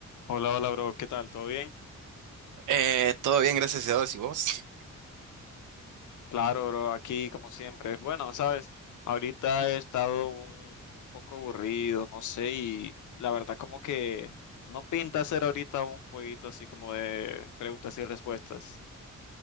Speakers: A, on the left; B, on the right.
A: Hola, hola, bro, ¿qué tal? ¿Todo bien?
B: Eh, todo bien, gracias a Dios. ¿Y vos?
A: Claro, bro, aquí como siempre. Bueno, sabes, ahorita he estado un, un poco aburrido, no sé, y la verdad como que no pinta hacer ahorita un jueguito así como de preguntas y respuestas.